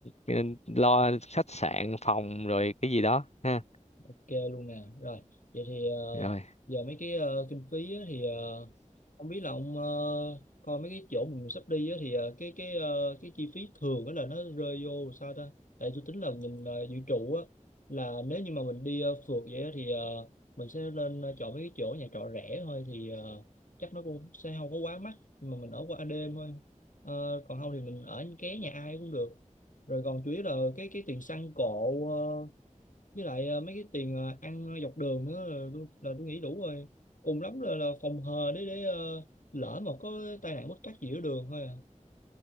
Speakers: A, on the left; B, on the left.
A: ừ, lo khách sạn phòng rồi cái gì đó ha
B: Ok luôn nè. Rồi, vậy thì ờ,
A: rồi
B: giờ mấy cái ờ, kinh phí á, thì ờ, không biết là ông ờ, coi mấy cái chỗ mình sắp đi á, thì ờ, cái cái ờ, cái chi phí thường á là nó rơi vô sao ta? Tại tôi tính là mình ờ, dự trù á là nếu như mà mình đi ờ, phượt vậy á, thì ờ, mình sẽ lên ờ, chọn mấy cái chỗ nhà trọ rẻ thôi thì ờ, chắc nó cũng sẽ không có quá mắc nhưng mà mình ở qua đêm thôi. Ờ, còn không thì mình ở ké nhà ai cũng được. Rồi còn chủ yếu là cái cái tiền xăng cộ ờ, với lại ờ, mấy cái tiền ờ, ăn dọc đường nữa là, tôi- là tôi nghĩ đủ rồi cùng lắm là, là phòng hờ để để ờ, lỡ mà có tai nạn bất trắc gì ở đường thôi à